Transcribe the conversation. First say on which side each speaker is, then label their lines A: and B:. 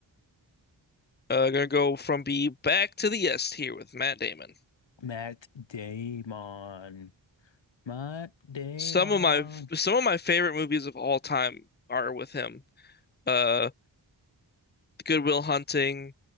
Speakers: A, on the left; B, on the left.
A: Uh, gonna go from B back to the S here with Matt Damon.
B: Matt Damon. Matt Damon.
A: Some of my some of my favorite movies of all time are with him. Uh, Goodwill Hunting,